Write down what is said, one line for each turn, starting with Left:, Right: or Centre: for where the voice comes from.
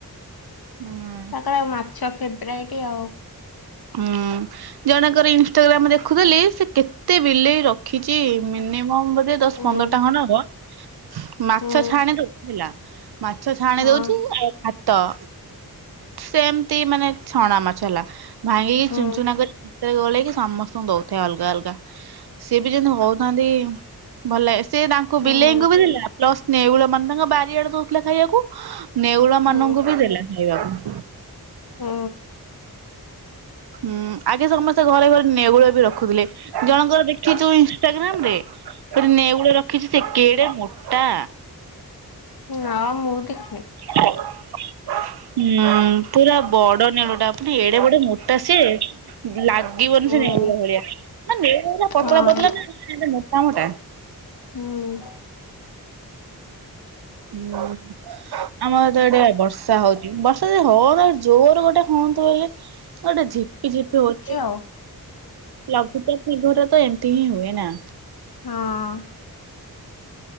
Right: ହୁଁ।
Left: ତାଙ୍କର ଆଉ ମାଛ ଫେବ୍ରେରାଇଟି ଆଉ।
Right: ହୁଁ ଜଣଙ୍କର ଇନଷ୍ଟାଗ୍ରାମ ଦେଖୁଥିଲି ସେ କେତେ ଏତେ ବିଲେଇ ରଖିଛି ମିନିମମ ବୋଧେ ଦଶ
Left: ହୁଁ
Right: ପନ୍ଦର ଟା ଖଣ୍ଡେ ହବ। ମାଛ
Left: ହୁଁ
Right: ଛାଣି ଦଉଛି ହେଲା। ମାଛ ଛାଣି
Left: ହଁ
Right: ଦଉଛି ଆଉ ଭାତ। ସେମତି ମାନେ ଛଣା ମାଛ ହେଲା ଭାଙ୍ଗିକି
Left: ହୁଁ।
Right: ଚୁନ ଚୁନା କରି ରେ ଗୋଳେଇକି ସମସ୍ତଙ୍କୁ ଦଉଥାଏ ଅଲଗା ଅଲଗା। ସିଏ ବି ଯେମିତି ହଉଥାନ୍ତି ଭଲ ଲାଗେ ସେ ତାଙ୍କୁ
Left: ହୁଁ
Right: ବିଲେଇଙ୍କୁ ବି ଦେଲା ପ୍ଲସ୍ ନେଉଳ ମାନେ ତାଙ୍କ ବାରିଆଡେ ଦଉଥିଲା ଖାଇବାକୁ ନେଉଳ
Left: ହୁଁ
Right: ମାନଙ୍କୁ ବି ଦେଲା ଖାଇବାକୁ।
Left: ହୁଁ।
Right: ହୁଁ ଆଗେ ସମସ୍ତେ ଘରେ ଘରେ ନେଉଳ ବି ରଖୁଥିଲେ। ଜଣଙ୍କର ଦେଖୁଛୁ ଇନସଷ୍ଟାଗ୍ରାମରେ ନେଉଳ ରଖିଛି ସେ କେଡ଼େ ମୋଟା।
Left: ନା ମୁଁ ଦେଖିନି।
Right: ହ <inaudible> ହୁଁ ପୁରା ବଡ଼ ନେଉଳଟା ପୁଣି ଏଡ଼େ ବଡ଼ ମୋଟା ସିଏ। ଲାଗିବନି
Left: ହୁଁ
Right: ସେ ନେଉଳ ଭଳିଆ ନା ନେଉଳ ଗୁଡ଼ାକ ପତଳା
Left: ହଁ
Right: ପତଲ ନା ମୋଟା ମୋଟା
Left: ହୁଁ।
Right: ହୁଁ। ଆମର ତ ଏଟେ ବର୍ଷା ହଉଛି ବର୍ଷା ଯଦି ହଉଚି ଜୋର ଗୋଟେ ହୁଅନ୍ତା। ଗୋଟେ ଝିପି ଝିପି ଗୋଟେ।
Left: ହଉ।
Right: ଲଘୁଚାପ ପୂର୍ବରୁ ତ ଏମିତି ହିଁ ହୁଏ ନା।
Left: ହଁ।